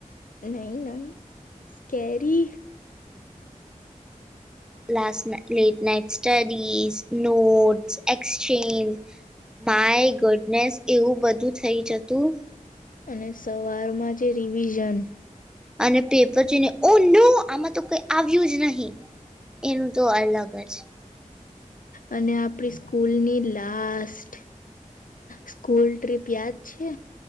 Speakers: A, on the left; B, in the centre.
A: નહી ન સ્ કેરી.
B: લ late night studies notes exchange my goodness એવું બધું થઈ જતું.
A: અને સવારમાં જે રિવિઝન.
B: અને પેપર જોઈને ઓ નો આમાં તો કઈ આવ્યું જ નહીિ. એનું તો અલગ. ઘર.
A: અને આપડી સ્કૂલની લાસ્ટ સ્કૂલ ટ્રીપ યાદ છે.